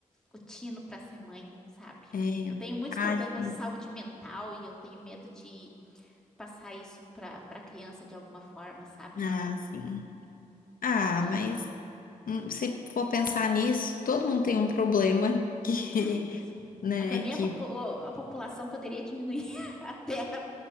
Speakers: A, in the centre; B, on the left.
A: o tino para ser mãe, sabe?
B: é...
A: Eu tenho muitos
B: Ah,
A: problemas
B: sim.
A: de saúde mental e eu tenho medo de passar isso para para criança de alguma forma, sabe?
B: Ah, sim. Ah,
A: Então,
B: mas hum, se for pensar nisso, todo mundo tem um problema <laughs> que,
A: ah, isso aí.
B: né,
A: para mim,
B: que
A: a, popu- a população poderia diminuir <laughs> a Terra.